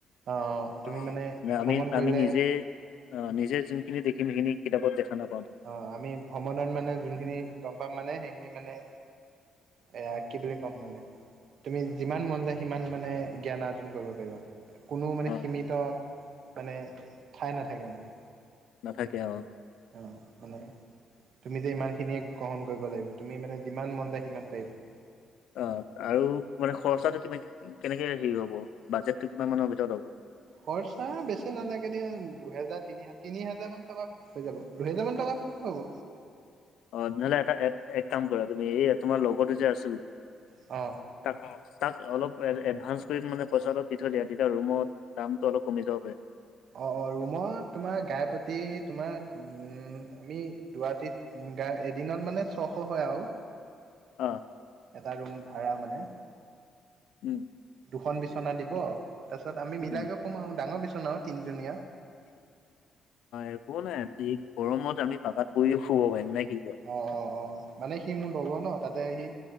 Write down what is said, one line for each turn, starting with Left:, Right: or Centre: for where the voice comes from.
Right: অ' তুমি
Left: অ
Right: মানে ভ্ৰমণ
Left: আমি
Right: কৰিলে
Left: আমি নিজে অ নিজে যোনখিনি দেখিম সেইখিনি কিতাপত দেখা নাপাব।
Right: অ আমি ভ্ৰমণত মানে যোনখিনি গম পাম মানে সেইখিনি মানে এয়া কি বুলি ক'ম মানে তুমি যিমান মন যায় সিমান মানে জ্ঞান আৰ্জন কৰিব পাৰিবা মানে। কোনো মানে
Left: অ
Right: সীমিত মানে ঠাই নাথাকে মানে।
Left: নাথাকে অ
Right: অঁ মানে তুমি যে ইমানখিনিয়ে গ্ৰহণ কৰিব লাগিব তুমি মানে যিমান মন যায় সিমান পাৰিবা।
Left: অ আৰু মানে খৰচাটো কিমান কি কেনেকে হেৰি হ'ব বাজেটটো কিমান মানৰ ভিতৰত হ'ব?
Right: খৰচা বেছি নালাগে দিয়া দুহেজাৰ তিনি হেজাৰ তিনি হাজাৰ মান টকাত হৈ যাব দুহেজাৰ মান টকাত পিছত হ'ব।
Left: অ নহ'লে এটা এক কাম কৰা তুমি এই তোমাৰ লগৰতো যে আছিল
Right: অ
Left: তাক তাক অলপ এডভান্স কৰি মানে পইচা অলপ দি থৈ দিয়া তেতিয়া ৰুমত - দামটো অলপ কমি যাব পাৰে।
Right: অ অ ৰুমত তোমাৰ গাই প্ৰতি তোমাৰ উ আমি দুুৱাটি গা এদিনত মানে ছশ হয় আৰু
Left: অ
Right: এটা ৰুম ভাড়া মানে
Left: উম
Right: দুখন বিচনা দিব তাৰপিছত আমি মিলাই
Left: উম
Right: কই শুম আও ডাঙৰ বিচনা অ তিনজনীয়া
Left: একো নাই এই গৰমত আমি পাকাত পৰিয়ে শুব পাৰিম নে কি কয়?
Right: অ অ অ মানে সি মোৰ লগৰ ন তাতে সি